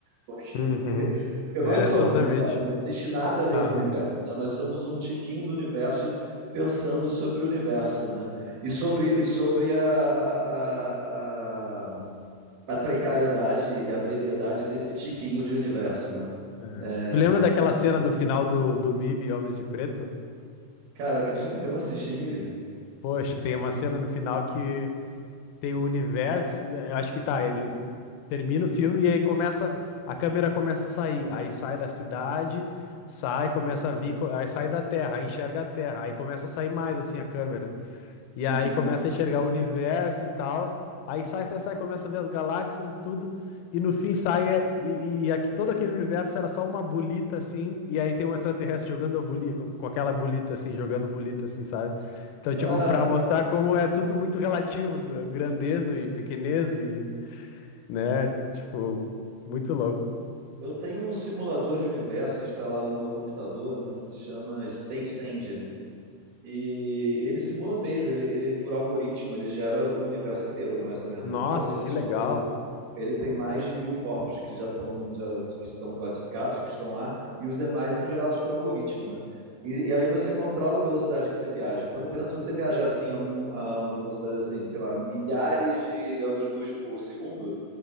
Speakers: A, on the right; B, on the left.
A: Porque
B: Uhum.
A: porque
B: É,
A: nós somos
B: exatamente.
A: o universo, não existe nada além
B: Aham.
A: do universo, né? Nós somos um tiquinho do universo pensando sobre o universo, né? E sobre, e sobre a, a, a a precariedade e a brevidade desse tiquinho de universo, né?
B: É.
A: É,
B: Tu lembra daquela
A: então,
B: cena do final do, do MIB, Homens de Preto?
A: cara, acredita que eu não assisti MIB?
B: Poxa, tem uma cena no final que tem o universo. assim, Eu acho que tá, ele termina o filme e aí começa. A câmera começa a sair. Aí sai da cidade, sai, começa a vir, co- aí sai da Terra, aí enxerga a Terra, aí começa a sair mais assim a câmera. E
A: Uhum.
B: aí começa a enxergar o universo e tal. Aí sai, sai, sai, começa a ver as galáxias e tudo. E no fim sai é- e, e aqui, todo aquele universo era só uma bolita assim. E aí tem um extraterrestre jogando a bolita, com com aquela bolita assim, jogando bolita assim, sabe? Então, tipo,
A: Ah,
B: pra mostrar como é tudo muito relativo, né, grandeza e pequenez e, né? Tipo, muito louco.
A: eu tenho um simulador de universo instalado no meu computador, né? Se chama Space Engine. E ele simula mesmo, ele, ele por algoritmo, ele gera o universo inteiro, mais ou menos,
B: Nossa,
A: entendeu? Se ele,
B: que
A: já-
B: legal.
A: ele- ele tem mais de mil corpos que já estão já, que são classificados, que estão lá, e os demais são gerados por algoritmo, né? E, e aí você controla a velocidade que você viaja. Então, dependendo se você viajar assim a, a velocidade assim, sei lá, milhares de anos-luz por segundo,